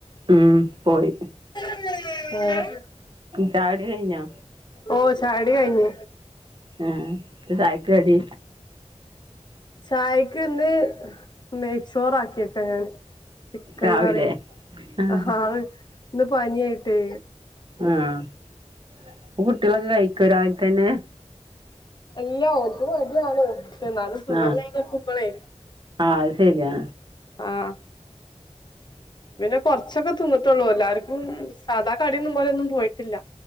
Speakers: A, on the right (about 45°); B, on the left (about 40°).
A: ഉം പോയി
B: ആഹ
A: ചാകുടി കഴിഞ്ഞോ
B: ഓ ചായകുടി കഴിഞ്ഞു
A: ആഹ എന്താ ചായക്ക് കടി
B: ചായക്ക് ഇന്ന് നെയ്ച്ചോറ ഉണ്ടാക്കി ഞാൻ ചിക്കൻ
A: രാവിലെ
B: കറി
A: ആഹ്
B: ഹഹ ഇന്ന് പനി ആയിട്ട്
A: ആഹ ഹ് കുട്ട്യോളൊക്കെ കഴിക്കോ രാവിൽ തന്നെ
B: ഇല്ല ഓൾക്ക് മടിയാണ് <unintelligible> അത് സുഖല്ലത
A: ആഹ്
B: നിക്കുമ്പോളേ
A: ആഹ് അത് ശരിയാ
B: ആഹ പിന്നെ കൊറച്ചൊക്കെ തിന്നിട്ടുള്ളൂ എല്ലാർക്കും സാധാ കടി എന്ന് പോലെ ഒന്നും പോയിട്ടില്ല.